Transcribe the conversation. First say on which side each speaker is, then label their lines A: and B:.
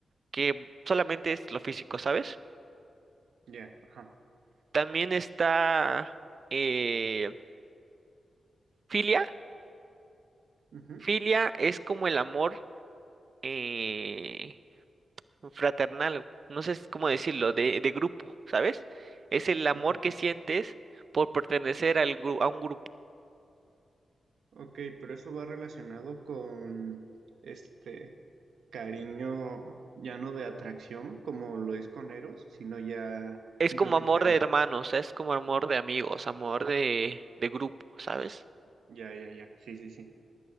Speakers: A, on the right (about 60°); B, on the right (about 85°).
A: que solamente es lo físico, ¿sabes?
B: Ya, ajá.
A: También está eh, filia.
B: Ujú,
A: Filia es como el amor. eh, fraternal, no sé cómo decirlo, de, de grupo, ¿sabes? Es el amor
B: ujú.
A: que sientes por pertenecer al gru- a un grupo.
B: Ok, pero eso va relacionado con este cariño ya no de atracción como lo es con Eros, sino ya
A: Es
B: simplemente
A: como amor
B: algo.
A: de hermanos, es como amor de amigos, amor de, de grupo, ¿sabes?
B: Ya, ya, ya. Sí, sí, sí.